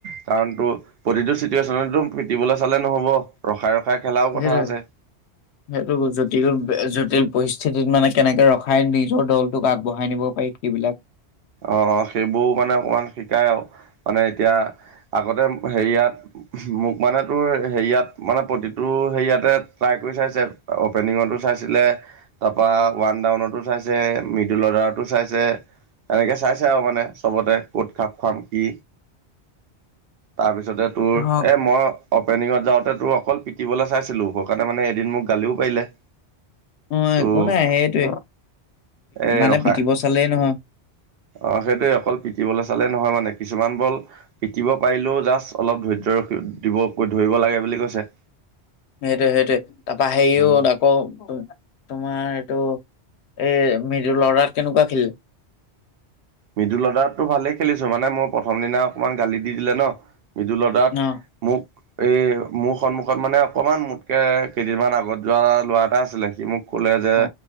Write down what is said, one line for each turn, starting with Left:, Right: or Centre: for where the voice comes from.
Right: কাৰণ তো প্ৰতিটো চিটুৱেশ্যনতো পিটিবলৈ চালে নহ'ব। ৰখাই, ৰখাই খেলাও কথা
Left: সেইটোৱে
Right: আছে।
Left: <inaudible> সেইটো জটিল, জটিল পৰিস্থিতিত মানে কেনেকে ৰখাই নিজৰ দলটোক আগবঢ়াই নিব পাৰি সিবিলাক।
Right: অ', অ', সেইবোৰও মানে অকমান শিকাই আৰু মানে এতিয়া আগতে হেৰিয়াত মোক মানে তোৰ হেৰিয়াত মানে প্ৰতিটো হেৰিয়াতে ট্ৰাই কৰি চাইছে। অপেনিঙতো চাইছিলে। তাৰপা ওৱান ডাউনতো চাইছে, মিডিল অৰ্ডাৰতো চাইছে। এনেকে চাইছে আৰু মানে চবতে, ক'ত খাপ খাম কি? তাৰপিছতে তোৰ,
Left: আহ
Right: এই মই অপেনিঙত যাওঁতে তোৰ অকল পিটিবলে চাইছিলোঁ। সেইকাৰণে মানে এদিন মোক গালিও পাৰিলে।
Left: অ',
Right: তোৰ
Left: একো নাই সেইটোৱেই,
Right: এই
Left: মানে
Right: ৰখাই
Left: পিটিব চালেই নহয়।
Right: অ', সেইটোৱেই অকল পিতিবলৈ চালেই নহয় মানে, কিছুমান বল পিটিব পাৰিলেও যাষ্ট অলপ ধৈৰ্য ৰখি দিব, ধৰিব লাগে বুলি কৈছে।
Left: সেইটোৱেই, সেইটোৱেই তাৰপা হেৰিও
Right: অ
Left: ত অ', তোমাৰ এইটো এই মিডল অৰ্ডাৰত কেনেকুৱা খেলিলা?
Right: মিডুল অৰ্ডাৰততো ভালেই খেলিছোঁ, মানে মোৰ প্ৰথম দিনা অকণমান গালি দি দিলে ন। মিদুল অৰ্ডাৰত
Left: অ
Right: মোক এই মোৰ সন্মুখত মানে অকমান মোতকে কেইদিনমান আগত যোৱা ল'ৰা এটা আছিলে, সি মোক ক'লে যে,
Left: অ